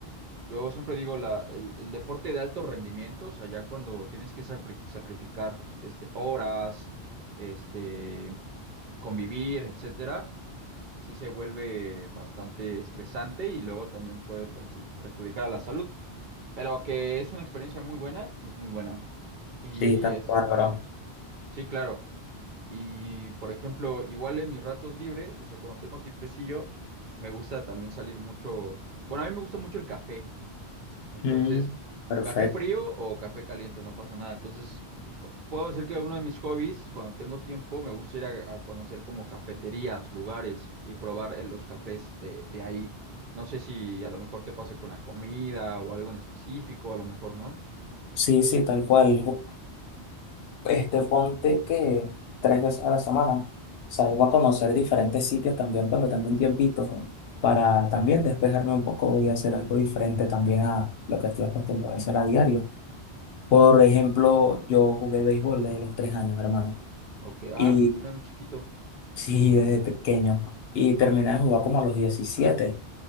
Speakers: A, on the right; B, on the left.
A: Yo siempre digo la, el, el deporte de alto rendimiento, o sea, ya cuando tienes que safri- sacrificar este, horas, este, convivir, etcétera, sí se vuelve bastante estresante y luego también puede perju- perjudicar a la salud. Pero que es una experiencia muy buena, es muy buena. Y
B: Sí, tal
A: este,
B: cual, bro.
A: sí, claro. Y por ejemplo, igual en mis ratos libres, o sea, cuando tengo tiempecillo, me gusta también salir mucho. Bueno, a mí me gusta mucho el café. Entonces,
B: Mm, perfecto.
A: café frío o café caliente, no pasa nada. Entonces, o- puedo decir que uno de mis hobbies, cuando tengo tiempo, me gusta ir a, a conocer como cafeterías, lugares y probar eh, los cafés de, de ahí. No sé si a lo mejor te pase con la comida o algo en específico, a lo mejor no.
B: Sí, sí, tal cual. Ju- Este, ponte que tres veces a la semana salgo a conocer diferentes sitios también cuando tengo un tiempito para también despejarme un poco y hacer algo diferente también a lo que estoy acostumbrado a hacer a diario. Por ejemplo, yo jugué béisbol desde los tres años, hermano.
A: Ok, ah,
B: Y
A: mira, mi chiquito.
B: sí, desde pequeño. Y terminé de jugar como a los 17.